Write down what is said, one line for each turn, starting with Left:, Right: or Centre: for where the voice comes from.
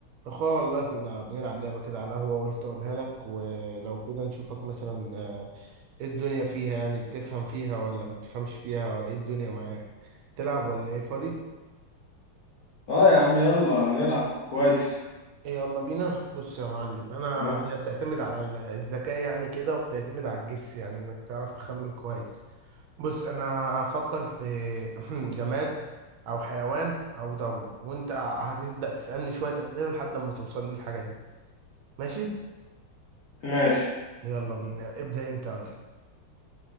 Right: اخويا والله كنا بنلعب لعبة كده على القهوة وقلت اقولها لك ولو كده نشوفك مثلا آه، ايه الدنيا فيها يعني بتفهم فيها ولا ما بتفهمش فيها ايه الدنيا معاك تلعب ولا ايه فاضي
Left: اه يا عم يلا هنلعب كويس
Right: ايه يلا بينا بص يا معلم انا
Left: يلا
Right: هي بتعتمد على ال- الذكاء يعني كده وبتعتمد على الجس يعني انك تعرف تخمن كويس بص انا هفكر في <clears throat> جماد او حيوان او دولة وانت هتبدأ تسألني شوية اسئلة لحد ما توصل للحاجة دي ماشي
Left: ماشي
Right: يلا بينا ابدأ انت يلا